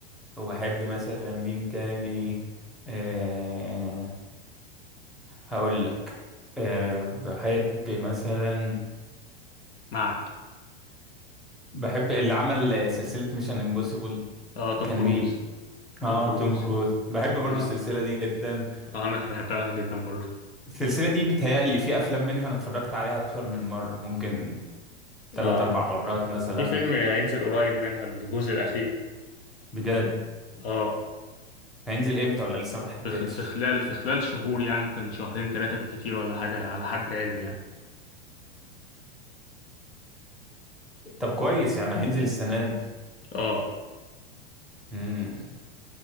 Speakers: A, in the centre; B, on the left.
A: وبحب مثلا مين تاني أه هقول لك أه بحب مثلا
B: معك
A: بحب اللي عمل سلسله ميشن امبوسيبل
B: اه توم
A: كان
B: كروز
A: مين اه
B: توم كروز
A: توم كروز بحب برضو
B: اه
A: السلسله دي جدا
B: آه، أنا بحبها جدا برضو
A: السلسلة دي بيتهيألي في أفلام منها أنا اتفرجت عليها أكتر من مرة ممكن تلات
B: اه
A: أربع مرات مثلا
B: في فيلم هينزل قريب منها الجزء الأخير
A: بجد
B: اه
A: هينزل إمتى ولا لسه ما تحددش
B: في خ- في خلال في خلال شهور يعني ممكن شهرين ثلاثة بالكتير ولا حاجة على حد علمي يعني
A: طب كويس يعني هينزل السنة دي
B: اه
A: مم.